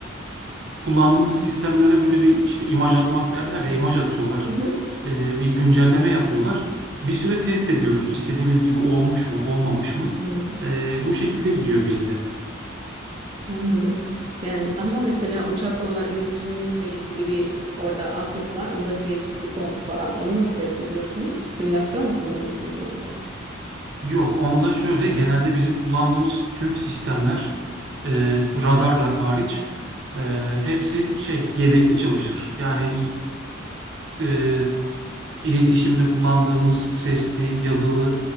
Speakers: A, on the right; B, on the right.
A: Kullandığımız sistemlere böyle bir, işte, imaj atmak derler ya, imaj atıyorlar.
B: Hı hı.
A: Eee, bir güncelleme yapıyorlar. Bir süre test ediyoruz. İstediğimiz gibi olmuş mu, olmamış mı?
B: Hı.
A: Eee, bu şekilde gidiyor bizde.
B: Anladım. Yani ama mesela uçakla olan iletişiminizle ilgili bir orada altyapı var. Onda bir değişiklik oldu falan. Onu nasıl test ediyorsunuz? Simülasyon mu kullanıyorsunuz onda?
A: Yok, onda şöyle, genelde bizim kullandığımız tüm sistemler, eee, radarlar hariç, eee, hepsi şey, yedekli çalışır. Yani, eee iletişimde kullandığımız sesli, yazılı